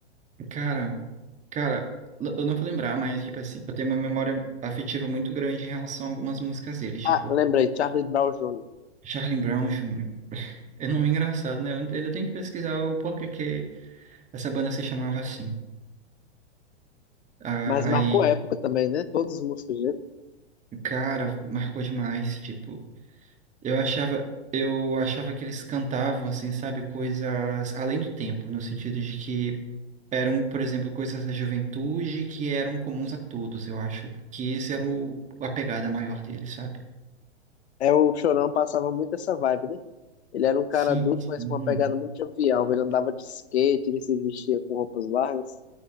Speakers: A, on the right; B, on the left.
A: Cara, cara, l- eu não vou lembrar, mas, tipo assim, eu tenho uma memória afetiva muito grande em relação a algumas músicas dele, tipo,
B: Ah, lembrei, Charlie Brown Jr.
A: Charlie Brown Jr. É nome engraçado, né? Eu ainda tenho que pesquisar o porquê que essa banda se chamava assim. A-
B: Mas
A: Aí,
B: marcou época também, né? Todas as músicas dele.
A: cara, marcou demais, tipo, eu achava, eu achava que eles cantavam assim, sabe, coisas além do tempo, no sentido de que eram, por exemplo, coisas da juventude que eram comuns a todos. Eu acho que esse era o a pegada maior deles, sabe?
B: É, o Chorão passava muito essa vibe, né? Ele era um cara
A: Sim,
B: adulto,
A: sim.
B: mas com uma pegada muito jovial. Ele andava de skate, ele se vestia com roupas largas,